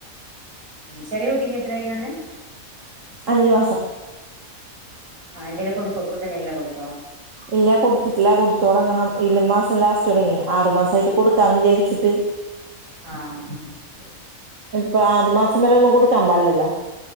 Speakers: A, on the right (about 75°); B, on the right (about 60°).
A: ചെറിയ കുട്ടിക്ക് എത്രയായിന്ന പറഞ്ഞ്
B: അഞ്ചു മാസം
A: ആ എന്തേലുമൊക്കെ ഒര് <unintelligible> ഫുഡ് എന്തെങ്കിലും കൊടുക്കോ?
B: ഇല്ല. കൊടുത്തിട്ടില്ല. കൊടുത്തോടങ്ങണം. ഈ മാസം ലാസ്റ്റോടങ്ങി ആറുമാസയിട്ട് കൊടുക്കാന്ന് വിചാരിച്ചിട്ട്
A: ആ ആ ശരി
B: ഇപ്പോ ആറുമാസം വരെ ഒന്നും കൊടുക്കാൻ പാടില്ലല്ലോ